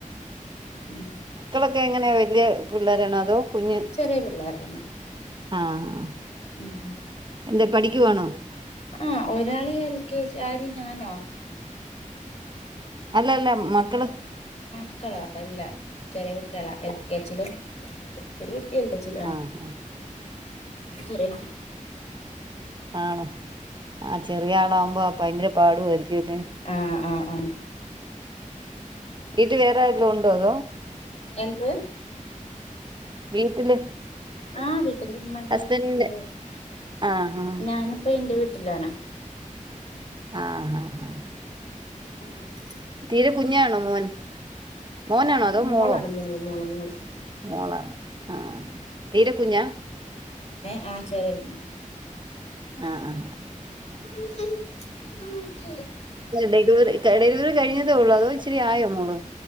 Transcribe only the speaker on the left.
ഉം.
ചെറിയ പിള്ളേരാണ്
ഉം ഉം
ആഹ് ഒരാള് എൽ കെ ജി ആര് ഞാനോ
മക്കളോ അല്ല ചെറ്യേ കുട്ടേളാ എൽ കേജിലും. ഒരു കുട്ടി എൽ കെ ജി ലാണ്
ചെറ്യേ കുട്ടി.
ആഹ് ആഹ് ആഹ്.
എന്ത്?
ആഹ് വീട്ടില് ഇമ്മണ്ട്
ഇപ്പണ്ട്
ഞാനിപ്പ ഇന്റെ വീട്ടിലാണ്.
ആഹ്.
മോളാണ്
മോള് മോള് മോള്
ഏഹ് ആഹ് ചെറ്യേ കുഞ്ഞ്
<unintelligible>